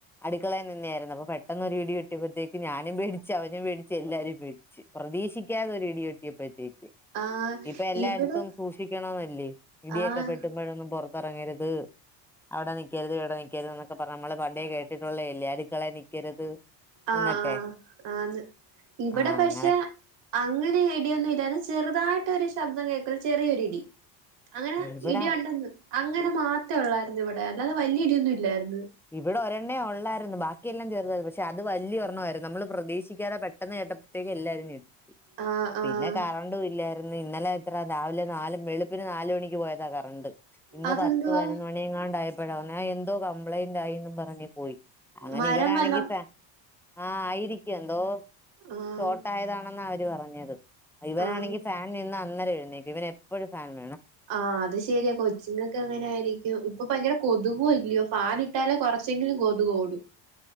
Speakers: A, in the centre; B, on the right.
A: അടുക്കളയിനിന്നായിരുന്നു അപ്പൊ പെട്ടെന്നോരു ഇടി കിട്ടിയപ്പോഴത്തേക്ക് ഞാനും പേടിച്ച് അവനും പേടിച്ച് എല്ലാരും പേടിച്ച് പ്രതീക്ഷിക്കാതെ ഒരു ഇടിയൊട്ടിയപ്പത്തേക്ക്.
B: ആഹ്
A: ഇപ്പൊ എല്ലായിടത്തും
B: ഇവിടെ
A: സൂക്ഷിക്കണോന്നല്ലേ ഇടിയൊക്കെ
B: ആഹ്
A: പെട്ടുമ്പോഴൊന്നും പൊ പറങ്ങരുത്. അവിടെ നിക്കരുത് ഇവിടെ നിക്കരുത് എന്നൊക്കെ പറഞ് നമ്മള് പണ്ടേ കേട്ടിട്ടുള്ള എല്യേ അട്ക്കളെ നിക്കരുത്.
B: ആഹ്
A: എന്നൊക്കെ
B: ആഹ് ആഹ് ത്. ഇവിടെ
A: ആഹ്
B: പക്ഷെ
A: അങ്ങനെ
B: അങ്ങനെ ഐടിയൊന്നും ഇല്ല ചെറുതായിട്ട് മ ഒരു ശബ്ദം കേൾക്ക ചെറിയൊരിടി അങ്ങനെ
A: ഇവിടെ
B: ഇടി ഒണ്ടെന്ന് അങ്ങനെ മാത്രെ ഒള്ള തിവിടേ അല്ലാത വലിയ ഇടിയൊന്നും ഇല്ലരു
A: ഇവിടെ ഒരെണ്ണയ ഉള്ളായിരുന്നു ബാക്കി െല്ലാം ചേർു പക്ഷെ അത് വലിയ ഒരെണ്ണ ആരുന്നു നമ്മള് പ്രതീക്ഷിക്കാത പെട്ടെന്ന് കേട്ടത്തേക്ക് എല്ലാവരും ചേ
B: ആഹ് ആഹ്
A: പിന്നെ കറണ്ട ഇല്ല ന്ന് ഇന്നലെ എത്ര രാവിലെ നാലും വെളുപ്പിന് നാലല് മണിക്ക് പോയതാ കറണ്ട് ഇന്ന്
B: അതെന്തുവാ
A: പത്ത് പതിനൊന്ന് മണി എങ്ങാണ്ടായിപ്പോഴാവ ഞാൻ എന്തോ കംപ്ലൈന്റ് ആയിും പറഞ്ഞഞ് പോയി അങ്ങനെ
B: മരം
A: ഇവനണെങ്കി
B: വല്ലം
A: ആഹ ആയിരിക്കും എന്തോ
B: ആഹ്
A: ചഷോട്ടായതണ അവര് പറഞ്ഞത് ഇവനാണെങ്കിൽ
B: ആഹ്
A: ഫാൻ നിന്ന് അന്നരം എഴുന്നേക്കും ഇവന എപ്പോഴും ഫാൻ വേണം
B: ആഹ അത് ശെരിയാ കൊച്ചിങ്ങ ഒക്കെ അങ്ങനെ ആയിരിക്കും ഇപ്പൊ ഭയങ്കര കൊതുകോ ഇല്ലയോ ഫാാന ഇട്ടാലെ കൊറ കുറച്ചെങ്കിലും കൊത ഓടും